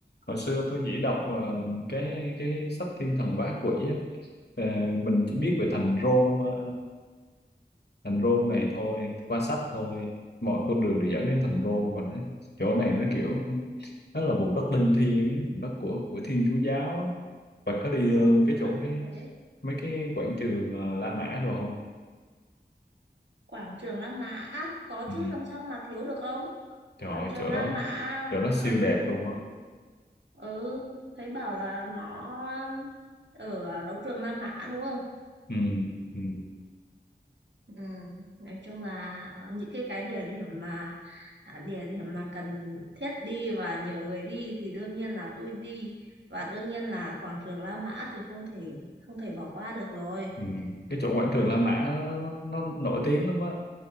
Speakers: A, on the left (about 65°); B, on the right (about 80°).
A: Hồi xưa tôi chỉ đọc ờ, cái cái sách Thiên Thần Bá Quỷ á. Ờ, mình chỉ biết về thành Rôm ờ, thành Rôm này thôi, qua sách thôi. Mọi con đường đều dẫn đến thành Rôm và nó chỗ này nó kiểu nó là vùng đất linh thiêng, á, vùng đất của của Thiên Chúa giáo á. Bạn có đi
B: ừ
A: ờ, luôn
B: thấy
A: cái chỗ
B: bảo
A: mấy
B: thế
A: mấy cái quảng trường ờ, La Mã đồ không?
B: Quảng trường La Mã có
A: Ừ,
B: chứ làm sao mà thiếu được ông
A: trời
B: Quảng
A: ơi,
B: trường
A: chỗ
B: La
A: đó
B: Mã
A: chỗ đó siêu
B: um,
A: đẹp luôn á.
B: ừ thấy bảo là nó um, ở đấu trường La Mã đúng không
A: Ừ, ừ.
B: ừ, nói chung là những cái cái địa điểm mà à, địa điểm mà cần thiết đi và nhiều người đi thì đương nhiên là tôi đi và đương nhiên là quảng trường La Mã thì không thể không thể bỏ qua được rồi
A: Ừ. Cái chỗ quảng trường La Mã nó, nó nổi tiếng lắm á